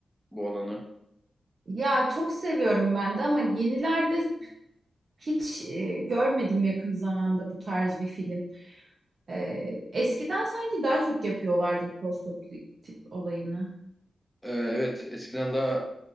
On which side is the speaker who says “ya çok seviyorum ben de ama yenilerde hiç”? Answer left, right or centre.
Right